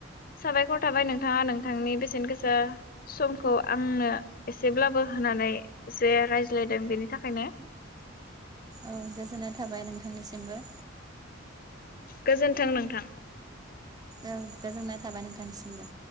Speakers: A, on the left; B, on the right.
A: साबायखर थाबाय नोंथाङा नोंथांनि बेसेन गोसा समखौ आंनो एसेब्लाबो होनानै एसे रायज्लायदों बेनि थाखायनो।
B: औ गोजोननाय थाबाय नोंथांनिसिमबो।
A: गोजोन्थों नोंथां।
B: औ गोजोननाय थाबाय नोंथांनिसिमबो।